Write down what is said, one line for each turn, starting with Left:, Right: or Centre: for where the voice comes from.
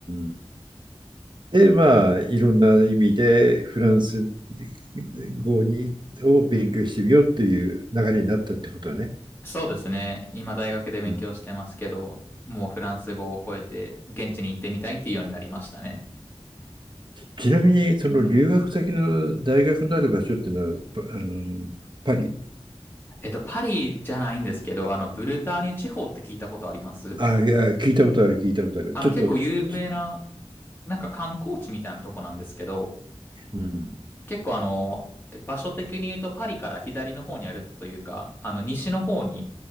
Right: ん。で、まあ、いろんな意味でフランス語にを勉強してみようっていう流れになったってことはね。
Left: そうですね。今、大学で勉強してますけど、
Right: うん
Left: もうフランス語を超えて、現地に行ってみたいっていうようになりましたね。
Right: ちなみに、その留学先の大学のある場所っていうのは、パあの、パリ。
Left: えっと、パリじゃないんですけど、あの、ブルターニュ地方って聞いたことあります
Right: ああ、聞いたことある、聞いたことある。
Left: あの、
Right: ちょっと、
Left: 結構有名な、
Right: き
Left: なんか観光地みたいなとこなんですけど、
Right: うん。
Left: 結構あの、場所的に言うとパリから左の方にあるというか、あの、西の方に